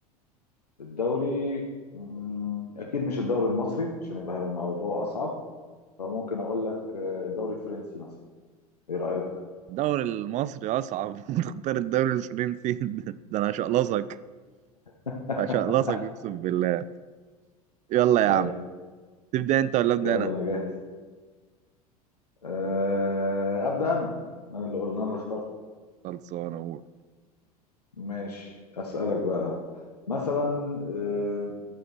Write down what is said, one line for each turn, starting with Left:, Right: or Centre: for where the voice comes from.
Left: الدوري مم، اكيد مش الدوري المصري عشان يبقى الموضوع اصعب فممكن اقول لك آه، الدوري الفرنسي مثلا ايه رايك
Right: الدوري المصري اصعب <laughs> تختار الدوري الفرنسي <laughs> ده ده انا هشقلصك
Left: <laughs>
Right: هشقلصك اقسم بالله يلا يا
Left: ايوه
Right: عم تبدأ انت ولا ابدأ
Left: يلا
Right: انا
Left: انا جاهز آه ابدا انا انا اللي قلنا انا اللي اخترت
Right: خلصانه اقول
Left: ماشي اسالك بقى مثلا آه